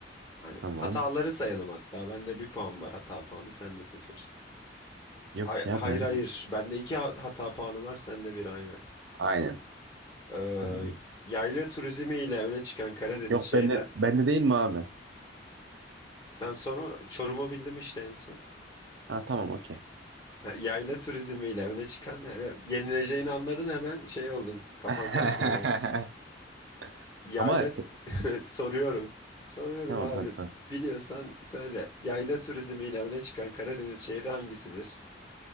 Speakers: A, on the left; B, on the right.
A: Hani
B: Tamam.
A: hataları sayalım hatta. Bende bir puan var hata puanı, sende sıfır.
B: Yok
A: Hay-
B: ya
A: hayır
B: bende.
A: hayır. Bende iki ha- hata puanı var, sende bir aynı.
B: Aynen.
A: Ee,
B: Ee,
A: yayla turizmi ile öne çıkan Karadeniz
B: yok
A: şehri.
B: bende bende değil mi abi?
A: Sen sonra Çorum'u bildim işte en son.
B: Ha tamam okey.
A: Ha, Yayla turizmi ile öne çıkan yani yenileceğini anladın hemen şey oldun. Kafan
B: <laughs>
A: karışmaya bak. Yayla
B: Ama se-
A: <laughs> soruyorum. Soruyorum
B: tamam
A: abi.
B: hadi sor.
A: Biliyorsan söyle. Yayla turizmi ile öne çıkan Karadeniz şehri hangisidir?